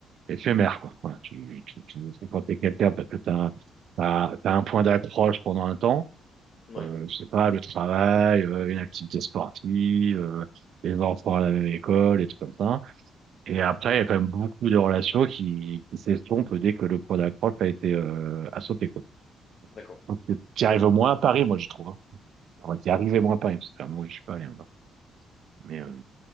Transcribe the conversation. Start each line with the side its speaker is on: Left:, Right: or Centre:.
Right: éphémères, quoi. Voilà, tu, tu, tu veux fréquenter quelqu'un parce que t'as un, t'as, t'as un point d'accroche pendant un temps.
Left: ouais,
Right: Euh, je sais pas, le travail, euh, une activité sportive, euh, les enfants à la même école, et tout comme ça. Et après, il y a quand même beaucoup de relations qui, qui s'estompent dès que le point d'accroche a été euh, a sauté, quoi.
Left: d'accord.
Right: Donc, euh, tu arrives
Left: Oui.
Right: moins à Paris, moi, je trouve. Hein. Enfin, tu arrives moins à Paris, parce que euh, moi, je suis pas allé encore. Mais, euh,